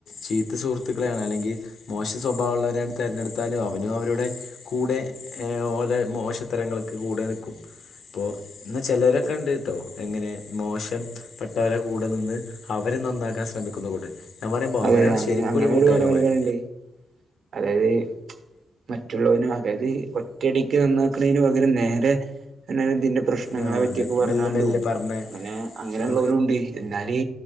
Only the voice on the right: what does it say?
അതെ
അതെ അങ്ങനെ
അങ്ങനെ
ഒരുപാട് ആളുകളുണ്ട് അതായത് മറ്റുള്ളവന് അതായത് ഒറ്റടിക്ക് നന്നാക്കണെന് പകരം നേരെ എന്ന ഇതിന്റെ പ്രശ്നങ്ങളെ
പറ്റിയൊക്കെ
പറഞ്ഞാണ്ടും
അങ്ങനെ അങ്ങനെള്ള
ഓലും ഉണ്ടേ. എന്നാല്